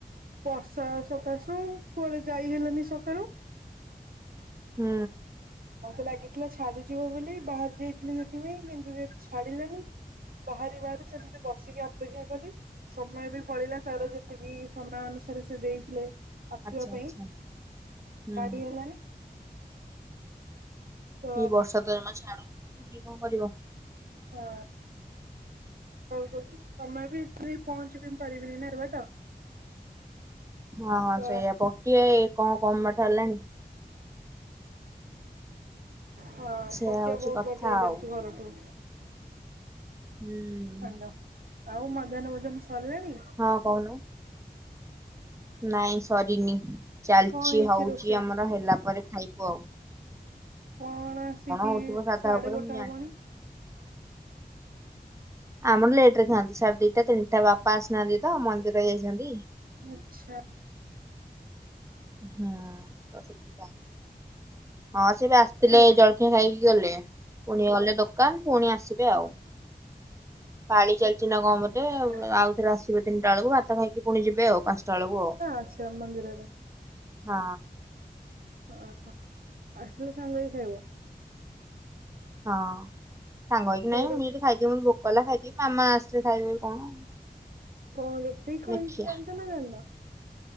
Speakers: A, on the right; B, on the right.
A: ବର୍ଷା ସକାଶୁ କୁଆଡେ ଯାଇ ହେଲାନି ସକାଳୁ।
B: ହୁଁ।
A: ମତେ ଲାଗିଥିଲା ଛାଡିଯିବ ବୋଲି ବାହାରି ଯାଇଥିଲି ସେଥିପାଇଁ କିନ୍ତୁ ସେ ଛାଡିଲାନି। ବାହାରି ବାହାରି ସେମିତି ବସିକି ଅପେକ୍ଷା କଲି ସମୟ ବି ପଳେଇଲା ତାର ଯେତିକି ସମୟ ଅନୁ ସେଠି ସେ ଦେଇଥିଲେ ଆସିବା
B: ଆଚ୍ଛା
A: ପାଇଁ
B: ଆଚ୍ଛା ହୁଁ
A: କାଢ଼ି ହେଲାନି। ତ
B: ଏ ବର୍ଷା ତ ଜମା ଛାଡୁନି କିଏ କଣ କରିବ?
A: ହଁ ହଉ ତମେ ବି ଏ ପହଞ୍ଚ ବି ପାରିବିନି ନା ଏତେ ବାଟ।
B: ହଁ
A: ତ
B: ସେଇଆ ପକିଆ ଏ କଣ କମ ବାଟ ହେଲାଣି?
A: ହଁ
B: ସେଇଆ
A: ପଟିଆ
B: ହଉଛି
A: ବହୁତ
B: କଥା
A: ବାଟ ହେଇଯାଉଛି
B: ଆଉ
A: ଘରଠୁ।
B: ହୁଁ।
A: ହାଲୋ ଆଉ ମଧ୍ୟାହ୍ନ ଭୋଜନ ସରିଲାଣି?
B: ହଁ କହୁନୁ। ନାଇଁ ସରିନି ଚାଲିଛି
A: କଣ ହେଇଛି
B: ହଉଚି
A: ରୋଷେଇ?
B: ଆମର ହେଲା ପରେ ଖାଇବୁ ଆଉ।
A: କଣ ଆସିବି
B: ହଉଥିବ ସାଧା
A: ସାଢେ
B: ଉପରେ
A: ଗୋଟେ
B: ମୁଁ ଜାଣିନି।
A: ହବଣି।
B: ଆମର ଲେଟ ରେ ଖାଆନ୍ତି, ସାଢ଼େ ଦିଟା ତିନିଟା ବାପା ଆସିନାହାନ୍ତି ତ ମନ୍ଦିର ଯାଇଛନ୍ତି।
A: ଆଛା।
B: ହୁଁ <unintelligible> ହଁ ସେ ବି ଆସିଥିଲେ
A: ହାଲୋ
B: ଜଳଖିଆ ଖାଇକି ଗଲେ। ପୁଣି ଗଲେ ଦୋକାନ ପୁଣି ଆସିବେ
A: ହଁ।
B: ଆଉ। ପାଳି ଚାଲିଚି ନା କଣ ବୋଧେ
A: ଆଚ୍ଛା ଆଚ୍ଛା
B: ଆଉ ଥରେ ଆସିବେ ତିନିଟା ବେଳକୁ ଭାତ ଖାଇକି ପୁଣି ଯିବେ ଆଉ ପାଞ୍ଚଟା ବେଳକୁ ଆଉ।
A: ଆଛା ମନ୍ଦିରରେ?
B: ହଁ।
A: ଓହୋ ଆସିଲେ ସାଙ୍ଗହେଇକି ଖାଇବ?
B: ହଁ ସାଙ୍ଗହେଇକି
A: କୋଉ
B: ନାଇଁ
A: ରୋଷେ
B: ମୁଁ ଏଇଠି ଖାଇଦିଏ ମ ଭୋକ ହେଲା ଖାଇ ମାମା ଆସିଲେ ଖାଇବେ କି କଣ?
A: କଣ ରୋଷେଇ କଣ
B: ଦେଖିଆ।
A: ହେଇଚି ଜାଣିଛ ନା ଜାଣିନ?